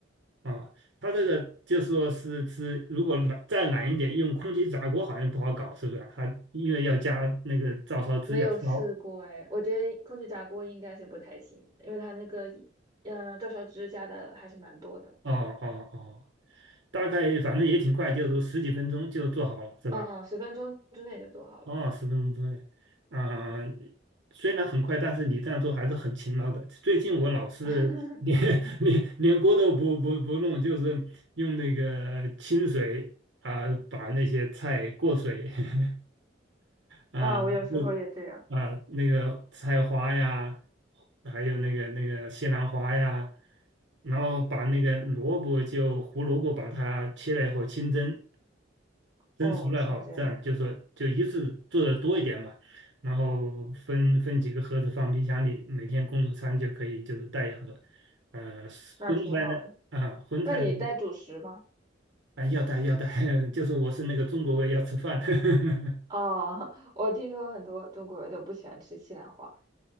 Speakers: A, on the right; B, on the right.
A: 啊，它这个就说是是，如果懒再懒一点，用空气炸锅好像不好搞，是不是啊？它因为要加那个照烧汁要烧，
B: 没有试过哎，我觉得空气炸锅应该是不太行，因为它那个嗯，照烧汁加的还是蛮多的。
A: 哦哦哦，大概反正也挺快，就是十几分钟就做好了，是吧？
B: 嗯，十分钟之内就做好了。
A: 哦，十分钟多嘞，啊、虽然很快，但是你这样做还是很勤劳的。最近我老是
B: <laughs>
A: <laughs> 连连连锅都不不不弄，就是用那个清水啊、把那些菜过水。<laughs> 啊，
B: 啊，我有时候也这样。
A: 就啊，那个菜花呀，还有那个那个西兰花呀，然后把那个萝卜就胡萝卜把它切了以后清蒸，蒸熟了以后，
B: 哦，清蒸，
A: 这样就说就一次做的多一点嘛，然后分分几个盒子放冰箱里，每天工作餐就可以就是带一盒。呃，
B: 那挺好的。
A: 荤菜呢，啊，荤菜呢，
B: 那你带主食吗？
A: 啊，要带要带，<laughs> 就是我是那个中国胃要吃饭。<laughs>
B: 哦，<laughs> 我听说很多中国人都不喜欢吃西兰花。